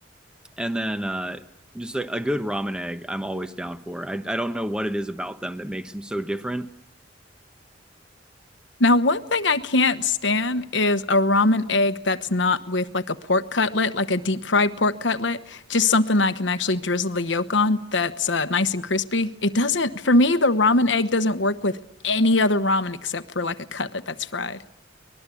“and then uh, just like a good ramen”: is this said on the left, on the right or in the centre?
Centre